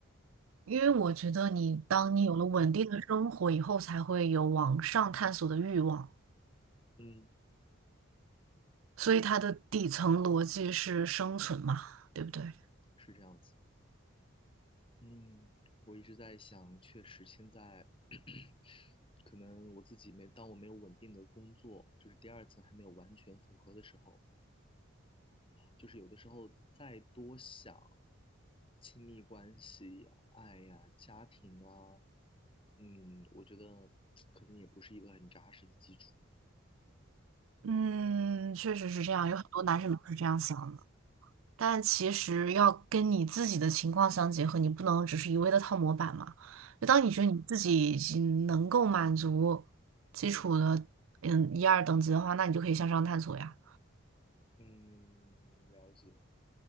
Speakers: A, on the right; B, on the left.
A: 因为我觉得你当你有了稳定的生活以后，才会有往上探索的欲望，
B: 嗯，
A: 所以它的底层逻辑是生存嘛，对不对？
B: 是这样子。嗯，我一直在想，确实现在 <coughs> <clears throat> 可能我自己没，当我没有稳定的工作，就是第二层还没有完全符合的时候，就是有的时候再多想亲密关系呀、爱呀、家庭啊，嗯，我觉得可能也不是一个很扎实的基础。
A: 嗯，确实是这样，有很多男生都是这样想的，但其实要跟你自己的情况相结合，你不能只是一味的套模板嘛。就当你觉得你自己已经能够满足基础的嗯一二等级的话，那你就可以向上探索呀。
B: 嗯，了解。